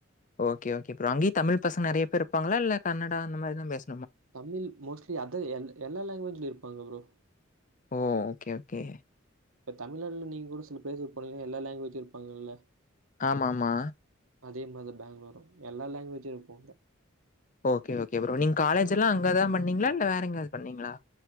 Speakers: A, on the left; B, on the right.
A: ஓகே ஓகே ப்ரோ அங்கேயு தமிழ் பசங்க நெறைய பேர் இருப்பாங்களா இல்ல கன்னடா அந்த மாதிரிதா பேச
B: தமிழ் மோஸ்ட்லி அத எல் எல்லா லாங்குவேஜ்லய் இருப்பாங்க ப்ரோ
A: ஓ! Okay, okay.
B: இப்ப தமிழ்நாட்டுல நீங்க கூட சும பேசி பழகுனீங்கனா எல்லா லாங்குவேஜும் இருப்பாங்கல்ல
A: ஆமமா
B: அதே மாதிரி பேங்ளூரு எல்லா லாங்குவேஜு இருக்கு
A: ஓகே ஓகே ப்ரோ நீங்க காலேஜ்ல்லா அங்கதா பண்ணீங்களா இல்ல வேற எங்காது பண்ணீங்களா